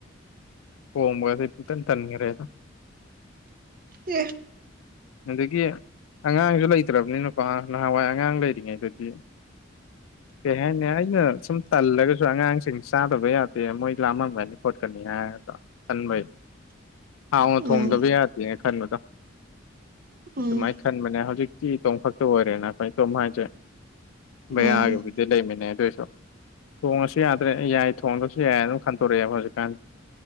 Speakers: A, on the left (about 80°); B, on the right (about 45°).
A: ꯊꯣꯡꯕꯗꯤ ꯄꯨꯡꯇꯟ ꯇꯟꯒꯔꯦꯗ
B: ꯑꯦ
A: ꯑꯗꯒꯤ ꯑꯉꯥꯡꯁꯨ ꯂꯩꯇ꯭ꯔꯕꯅꯤꯀꯣ ꯅꯍꯥꯟꯋꯥꯏ ꯑꯉꯥꯡ ꯂꯩꯔꯤꯉꯩꯗꯗꯤ ꯀꯩ ꯍꯥꯏꯅꯤ ꯑꯩꯅ ꯁꯨꯝ ꯇꯜꯂꯒꯁꯨ ꯑꯉꯥꯡ ꯁꯤꯡ ꯆꯥꯗꯕ ꯌꯥꯗꯦ ꯃꯣꯏ ꯂꯥꯃꯝꯒꯅꯤ ꯈꯣꯠꯀꯅꯤ ꯍꯥꯏꯔꯗꯣ ꯈꯟꯕꯩ ꯍꯥꯎꯅ
B: ꯎꯝ
A: ꯊꯣꯡꯗꯕ ꯌꯥꯗꯦꯅ ꯈꯟꯕꯗꯣ
B: ꯎꯝ
A: ꯑꯗꯨꯃꯥꯏ ꯈꯟꯕꯅꯦ ꯍꯧꯖꯤꯛꯇꯤ ꯇꯣꯝ ꯈꯛꯇ ꯑꯣꯏꯔꯦꯅ ꯑꯈꯣꯏ ꯇꯣꯝ ꯍꯥꯏꯁꯦ ꯕꯌꯥꯒꯤꯕꯨꯗꯤ
B: ꯎꯝ
A: ꯂꯩꯃꯤꯟꯅꯩ ꯑꯗꯨꯏꯁꯨ ꯊꯣꯡꯉꯁꯨ ꯌꯥ ꯗꯨꯅ ꯑꯩ ꯌꯥꯏ ꯊꯣꯡꯗ꯭ꯔꯁꯨ ꯌꯥꯏ ꯑꯗꯨꯝ ꯈꯟꯗꯣꯔꯛꯑꯦꯕ ꯍꯧꯖꯤꯛꯀꯥꯟ